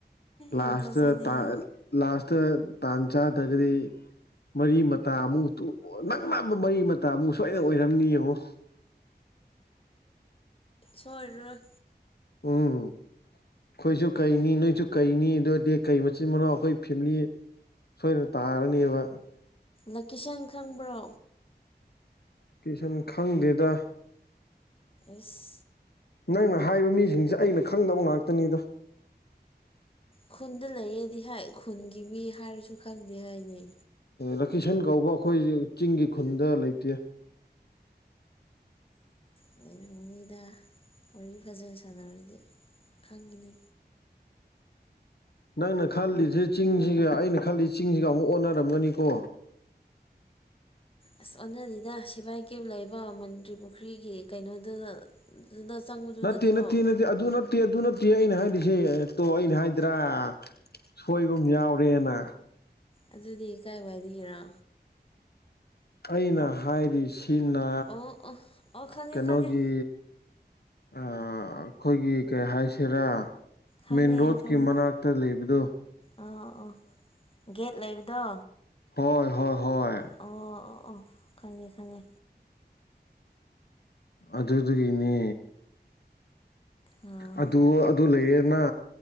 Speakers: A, on the left; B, on the left.
A: ꯂꯥꯁꯥꯁꯇ
B: ꯌꯥꯝ ꯊꯥꯖꯗꯤꯌꯦ
A: ꯇꯥ ꯂꯥꯁꯇ ꯇꯥꯟꯖꯥꯗꯒꯗꯤ ꯃꯔꯤ ꯃꯇꯥ ꯑꯃꯨ ꯑꯣ ꯅꯪ ꯅꯥꯕ ꯃꯔꯤ ꯃꯇꯥ ꯑꯃꯨꯛ ꯁꯣꯏꯅ ꯑꯣꯏꯔꯝꯅꯤ ꯌꯦꯡꯉꯣ
B: ꯁꯜ꯭ꯔꯣꯏ
A: ꯎꯝ ꯑꯩꯈꯣꯏꯁꯨ ꯀꯩꯅꯤ ꯅꯣꯏꯁꯨ ꯀꯩꯅꯤ ꯑꯗꯨ ꯑꯣꯏꯗꯤ ꯀꯩ ꯃꯆꯤꯟ ꯃꯅꯥꯎ ꯑꯩꯈꯣꯏ ꯐꯦꯃꯤꯂꯤ ꯁꯣꯏꯗ ꯇꯥꯔꯅꯦꯕ
B: ꯂꯀꯤꯁꯟ ꯈꯪꯕ꯭ꯔꯣ
A: ꯀꯤꯁꯟ ꯈꯪꯗꯦꯗ
B: ꯏꯁ
A: ꯅꯪꯅ ꯍꯥꯏꯕ ꯃꯤꯁꯤꯡꯁꯦ ꯑꯩꯅ ꯈꯪꯗꯕ ꯉꯥꯛꯇꯅꯤꯗ
B: ꯈꯨꯟꯗ ꯂꯩꯌꯦꯗꯤ ꯍꯥꯏ ꯈꯨꯟꯒꯤ ꯃꯤ ꯍꯥꯏꯔꯁꯨ ꯈꯪꯗꯦ ꯍꯥꯏꯅꯤ
A: ꯂꯀꯤꯁꯟ ꯀꯧꯕ ꯑꯩꯈꯣꯏꯁꯨ ꯆꯤꯡꯒꯤ ꯈꯨꯟꯗ ꯂꯩꯇꯦ
B: ꯂꯩꯔꯤꯉꯉꯩꯗ ꯋꯥꯔꯤ ꯐꯖꯅ ꯁꯥꯟꯅꯔꯗꯤ ꯈꯪꯒꯅꯤ
A: ꯅꯪꯅ ꯈꯜꯂꯤꯁꯦ ꯆꯤꯡꯁꯤꯒ ꯑꯩꯅ ꯈꯜꯂꯤꯁꯦ ꯆꯤꯡꯁꯤꯒ ꯑꯃꯨꯛ ꯑꯣꯟꯅꯔꯝꯒꯅꯤꯀꯣ
B: ꯑꯁ ꯑꯣꯅꯗꯤꯗ ꯁꯤꯦꯕꯥꯏ ꯀꯦꯞ ꯂꯩꯕ ꯃꯟꯇ꯭ꯔꯤ ꯄꯨꯈ꯭ꯔꯤꯒꯤ ꯀꯩꯅꯣꯗꯨꯗ ꯑꯗꯨꯗ ꯆꯪꯉꯨꯗꯨ
A: ꯅꯠꯇꯦ
B: ꯅꯠꯇ꯭ꯔꯣ
A: ꯅꯠꯇꯦ ꯅꯠꯇꯦ ꯑꯗꯨ ꯅꯠꯇꯦ ꯑꯗꯨ ꯅꯠꯇꯦ ꯑꯩꯅ ꯍꯥꯏꯔꯤꯁꯦ ꯇꯣ ꯑꯩꯅ ꯍꯥꯏꯗ꯭ꯔꯥꯣꯏ ꯑꯗꯨꯝ ꯌꯥꯎꯔꯦꯅ
B: ꯑꯗꯨꯗꯤ ꯀꯥꯏ ꯋꯥꯏꯒꯦꯔꯣ
A: ꯑꯩꯅ ꯍꯥꯏꯔꯤꯁꯤꯅ
B: ꯑꯣ ꯑꯣ ꯑꯣ ꯈꯪꯉꯦ
A: ꯀꯩꯅꯣꯒꯤ
B: ꯈꯪꯉꯦ
A: ꯑ ꯑꯩꯈꯣꯏꯒꯤ ꯀꯩ ꯍꯥꯏꯁꯤꯔꯥ
B: ꯈꯪꯉꯦ
A: ꯃꯦꯟ ꯔꯣꯠꯀꯤ
B: ꯈꯪꯉꯦ
A: ꯃꯅꯥꯛꯇ ꯂꯩꯕꯗꯨꯣ
B: ꯑꯣ ꯑꯣ ꯒꯦꯠ ꯂꯩꯕꯗꯣ
A: ꯍꯣꯏ ꯍꯣꯏ ꯍꯣꯏ
B: ꯑꯣ ꯑꯣ ꯑꯣ ꯈꯪꯉꯦ ꯈꯪꯉꯦ
A: ꯑꯗꯨꯗꯒꯤꯅꯦ
B: ꯑꯥ
A: ꯑꯗꯨ ꯑꯗꯨ ꯂꯩꯌꯦꯅ